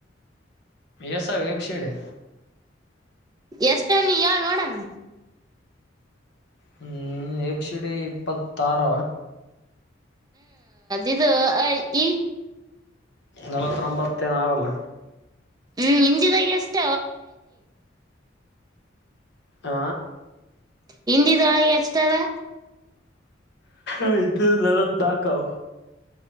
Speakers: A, on the left (about 60°); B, on the right (about 20°).
A: ಎಸ ಎೇಬ ಶೇಡೆ
B: ಎಷ್ಟ ನೀ ಹೇಳ ನೋಡಮ್
A: ಹ್ಮ್ ಎಬಿ ಸಿ ಡಿ ಇಪ್ಪತ್ತ ಆರ
B: ಇದುಅ ಆ ಇ ಈ
A: ನಲವತ್ಬತ್ತೇ ನಾವಲ್ಲ
B: ಹ್ಮ್ ಹಿಂದಿದಾಗ ಅಷ್ಟ
A: ಆ
B: ಹಿಂದಿದೊಳಗೆ ಎಷ್ಟಾವ
A: ಹಿಂದಿ ಒಳಗ ನಲ್ವತ್ನಾಕ್ ಅವ